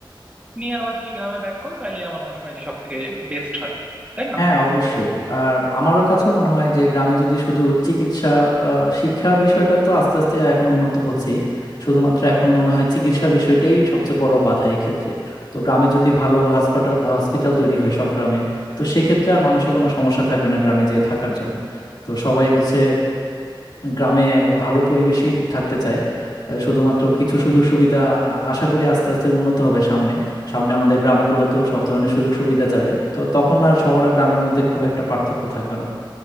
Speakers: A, on the right; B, on the left.
A: নিয়ে আবার যদি গ্রামে ব্যাক করো তাহলে আমার মনে হয় যে সব থেকে বেস্ট হয় তাই না
B: হ্যাঁ অবশ্যই আর আমার কাছে মনে হয় যে গ্রামে যদি শুধু চিকিৎসা আহ, শিক্ষার বিষয়টা তো আস্তে আস্তে এখন উন্নত হচ্ছেই শুধুমাত্র এখন মনে হয় চিকিৎসার বিষয়টাই সবচেয়ে বড় বাধা এই ক্ষেত্রে তো গ্রামে যদি ভালো হাসপাতাল হসপিটাল তৈরি হয় সব গ্রামে তো সেক্ষেত্রে আর মানুষের কোনো সমস্যা থাকবে না গ্রামে যেয়ে থাকার জন্য তো সবাই হচ্ছে গ্রামে ভালো পরিবেশই থাকতে চায় আহ, শুধুমাত্র কিছু সুযোগ সুবিধা আ- আশা করি আস্তে আস্তে উন্নত হবে সামনে সামনে আমাদের গ্রামগুলোতেও সব ধরনের সুযোগ সুবিধা যাবে তো তখন আর শহর আর গ্রামের মধ্যে খুব একটা পার্থক্য থাকবে না